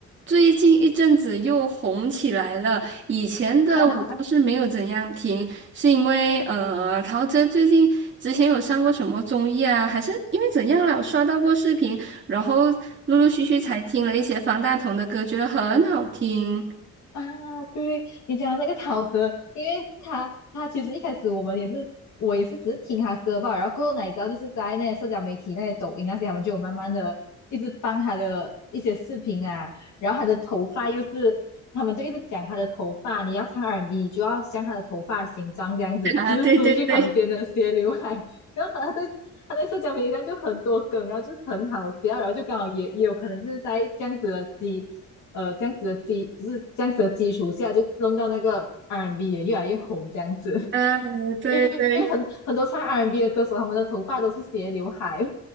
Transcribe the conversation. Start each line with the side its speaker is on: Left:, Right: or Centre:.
Right: 最近一阵子又红起来了。以前的我倒是没有怎样听，
Left: <laughs>
Right: 是因为呃，陶喆最近之前有上过什么综艺啊，还是因为怎样了？我刷到过视频，然后陆陆续续才听了一些方大同的歌，觉得很好听。
Left: 啊，对你讲的那个陶喆，因为他他其实一开始我们也是我也是只是听他歌吧，然后过后哪知道就是在那些社交媒体、那些抖音那些，他们就有慢慢的一直放他的一些视频啊，然后他的头发又是他们就一直讲他的头发，你要唱 R&B 你就要像他的头发形状这样子，
Right: <laughs> 啊，
Left: 就是梳去旁边的斜刘海，
Right: 对对对。
Left: <laughs> 然后他就他在社交媒体上就很多梗，然后就很好笑，然后就刚好也也有可能是在这样子的基，呃，这样子的基，就是这样子的基础下，就弄到那个 R&B n 也越来越红这样子。
Right: 嗯，对对
Left: 因为很很多唱 R&B n 的歌手，他们的头发都是斜刘海，